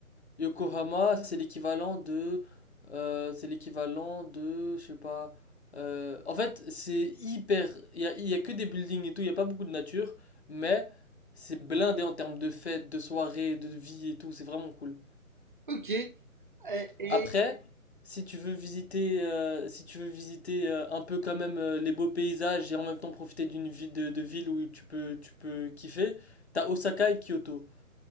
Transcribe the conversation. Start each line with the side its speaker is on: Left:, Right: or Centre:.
Left: Yokohama, c'est l'équivalent de euh, c'est l'équivalent de je sais pas euh, en fait, c'est hyper il y a, il y a que des buildings et tout, il y a pas beaucoup de nature, mais c'est blindé en termes de fêtes, de soirées, de vie et tout, c'est vraiment cool.
Right: Ok. Et, et-
Left: Après, si tu veux visiter, euh, si tu veux visiter euh, un peu quand même euh, les beaux paysages et en même temps profiter d'une vie de, de ville où tu peux, tu peux kiffer, t'as Osaka et Kyoto.